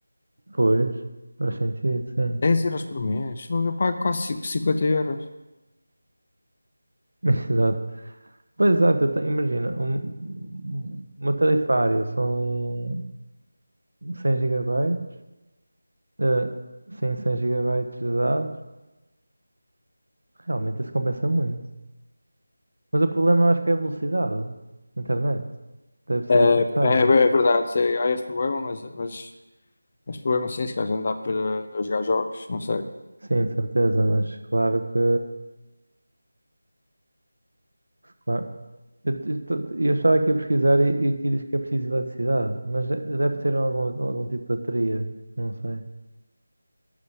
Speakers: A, on the right; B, on the left.
A: Pois, faz sentido, sim.
B: 10 euros por mês. Fogo, Eu pago quase cinco- 50 euros.
A: <laughs> Exato. Pois exato, eu tenho- imagina, um, uma tarifária são 100 gigabytes, eh, sim, 100 gigabytes de dados, realmente isso compensa muito. Mas o problema eu acho que é a velocidade da internet. Deve ser
B: É,
A: afetada.
B: é, é verdade, sei. Há esse problema, mas, mas esse problema sim, se calhar não dá para jogar jogos, não sei.
A: Sim, de certeza, mas claro que. Claro, eu, eu, tô- eu estava aqui a pesquisar e, e aqui diz que é preciso eletricidade, mas de- deve ter algum, algum tipo de bateria, não sei,